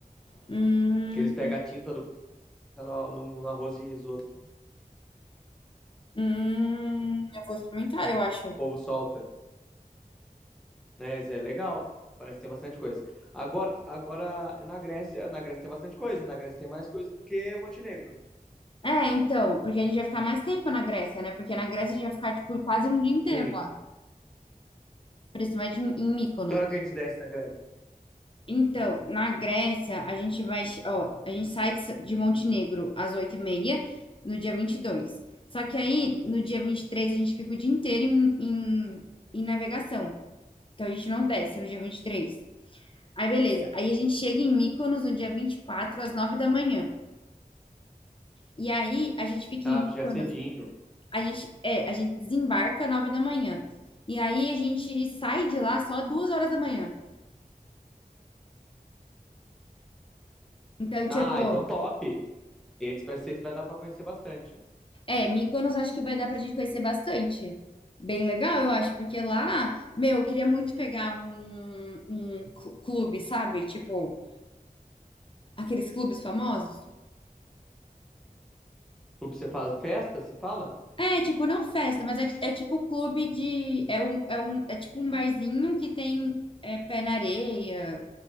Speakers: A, on the left; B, in the centre.
A: Hum,
B: Que eles pegam a tinta do polvo no, no, no arroz de risoto, o
A: hum, eu vou experimentar, eu acho.
B: polvo solta. né? Isso é legal. Parece que tem bastante coisa. Agora, agora na Grécia, na Grécia tem bastante coisa. Na Grécia tem mais coisa do que Montenegro.
A: É, então, porque a gente vai ficar mais tempo na Grécia, né? Porque na Grécia a gente vai ficar, tipo, quase um dia inteiro,
B: Sim.
A: lá, principalmente em em Mykonos.
B: Que hora que a gente desce na Grécia?
A: Então, na Grécia, a gente vai, che- ó, a gente sai de S- de Montenegro às oito e meia no dia 22. Só que aí, no dia 23 a gente fica o dia inteiro em, em, em navegação. Então, a gente não desce no dia 23. Aí, beleza. Aí, a gente chega em Mykonos no dia 24 às 9 da manhã. E aí, a gente fica
B: Ah,
A: em
B: vai
A: Mykonos,
B: chegar cedinho.
A: a gente, é, a gente desembarca às 9 da manhã. E aí, a gente sai de lá só 2 horas da manhã. Então, tipo,
B: Ah, então top. Esse vai ser, vai dar para conhecer bastante.
A: É, Mykonos acho que vai dar pra gente conhecer bastante. Bem legal, eu acho, porque lá, meu, eu queria muito pegar um, um cl- clube, sabe? Tipo, aqueles clubes famosos.
B: Tipo, Você faz festa, você fala?
A: É, tipo, não festa, mas é, é tipo clube de. É, um, é, um, é tipo um barzinho que tem é, pé na areia.